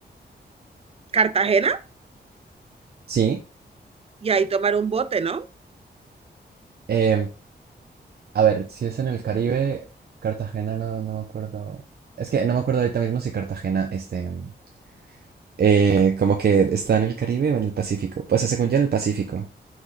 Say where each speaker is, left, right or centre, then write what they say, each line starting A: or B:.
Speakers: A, on the right; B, on the right.
A: Cartagena
B: Sí.
A: y ahí tomar un bote, ¿no?
B: Em, a ver, si es en el Caribe, Cartagena no, no me acuerdo. Es que no me acuerdo ahorita mismo si Cartagena, este, em, eh, como que está en el Caribe o en el Pacífico. Pues según yo en el Pacífico.